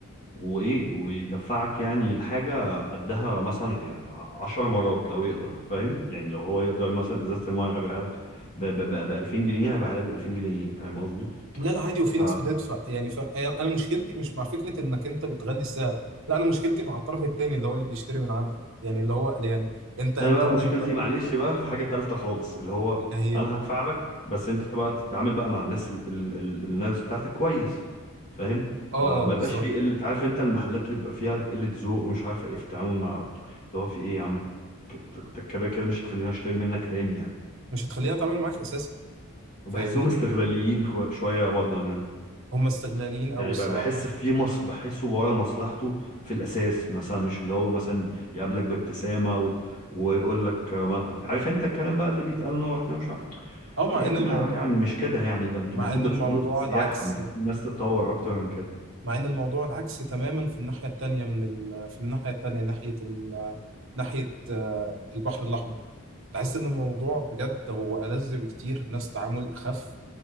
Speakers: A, on the left; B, on the right.
A: وايه ويدفعك يعني الحاجة قدها مثلا يعني عشر مرات لو يقدر فاهم يعني لو هو يقدر مثلا ازازة المية هيبيعها لك ب 2000 جنيه هيبيعها لك ب 2000 جنيه فاهم قصدي
B: لا لا عادي وفي
A: ف
B: ناس بتدفع يعني ف... انا مشكلتي مش مع فكره انك انت بتغلي السعر لا انا مشكلتي مع الطرف الثاني اللي هو اللي بيشتري من عندك يعني اللي هو يعني انت انت
A: انا بقى
B: انت
A: مشكلتي معلش بقى في حاجه تالته خالص اللي هو
B: اللي
A: انا
B: هي
A: هدفع لك بس انت بقى تتعامل بقى مع الناس ال ال ال الناس بتاعتك كويس فاهم
B: اه
A: ما ما
B: اه بالظبط
A: يبقاش فيه قله عارف انت المحلات اللي بيبقى فيها قله ذوق ومش عارفه ايه في التعامل مع اللي هو في ايه يا عم كت- انت كده كده مش هتخليني اشتري منك تاني يعني
B: مش هتخليها تعمل معاك اساسا
A: وبحسهم
B: فاهمني
A: استغلاليين كو- شويه برضه يا مان
B: هم استغلاليين قوي
A: يعني
B: الصراحه
A: ب- بحس في مص بحسه ورا مصلحته في الاساس مثلا مش اللي هو مثلا يقابلك بابتسامه و... ويقول لك آه، ما- عارف انت الكلام بقى اللي بيتقال نورت مش عارف
B: او مع
A: في يا
B: ان
A: جماعة
B: الموضوع
A: يعني مش كده يعني ده انتوا
B: مع
A: المفروض
B: ان الموضوع
A: بتتعاملوا في السياحة
B: العكس
A: المفروض الناس تتطور أكتر من كده
B: مع ان الموضوع العكس تماما في الناحيه التانيه من ال... في الناحيه التانيه ناحيه ال... ناحيه آه، البحر الاحمر تحس ان الموضوع بجد هو ألذ بكتير ناس تعامل اخف